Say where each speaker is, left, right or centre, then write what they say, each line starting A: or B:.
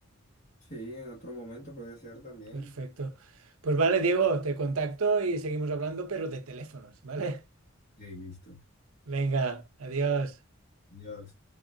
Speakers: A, on the left; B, on the right.
A: Sí, en otro momento puede ser también.
B: Perfecto. Pues vale, Diego, te contacto y seguimos hablando, pero de teléfonos, ¿vale?
A: Ok, listo.
B: Venga, adiós.
A: Dios.